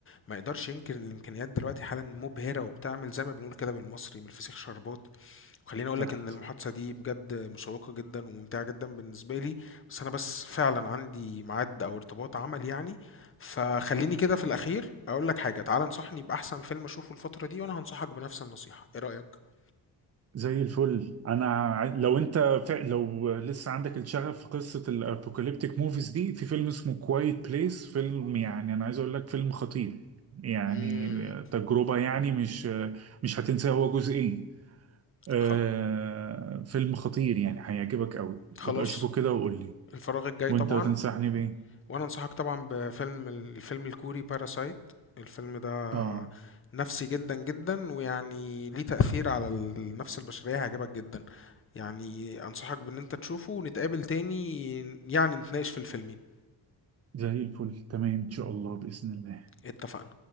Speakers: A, on the left; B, on the right.
A: ما يقدرش ينكر إن الإمكانيات دلوقتي حالًا مبهرة وبتعمل زي ما بنقول كده بالمصري من الفسيخ شربات، وخلّيني أقول
B: صح
A: لك إن المحادثة دي بجد مشوقة جدًا وممتعة جدًا بالنسبة لي، بس أنا بس فعلًا عندي ميعاد أو ارتباط عمل يعني، فخلّيني كده في الأخير أقول لك حاجة، تعالَ انصحني بأحسن فيلم أشوفه الفترة دي وأنا هانصحك بنفس النصيحة، إيه رأيك؟
B: زي الفل انا ع- لو انت ف... لو لسه عندك الشغف في قصه الابوكاليبتيك موفيز دي في فيلم اسمه كوايت بليس فيلم يعني انا عايز اقول لك فيلم خطير يعني
A: إمم،
B: تجربه يعني مش مش هتنساه هو جزئين آه...
A: خل
B: فيلم خطير يعني هيعجبك قوي
A: خلاص.
B: يبقى شوفه كده وقول لي
A: الفراغ الجاي
B: وانت
A: طبعا
B: تنصحني بايه
A: وانا انصحك طبعا بفيلم الفيلم الكوري باراسايت الفيلم ده
B: اه
A: نفسي جدا جدا ويعني ليه تأثير على النفس البشرية هيعجبك جدا يعني انصحك بان انت تشوفه ونتقابل تاني يعني نتناقش في الفيلمين
B: زي الفل تمام ان شاء الله باذن الله
A: اتفقنا